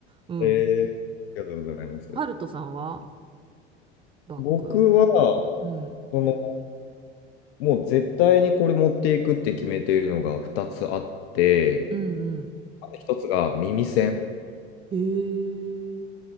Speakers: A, on the right; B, on the left.
A: うん。
B: えー、ありがとうございます。
A: ハルトさんはバッグ。
B: 僕は、
A: うん。
B: その、もう絶対にこれ持っていくって決めているのが2つあって、
A: うんうん。
B: 1つが耳栓。
A: へえ。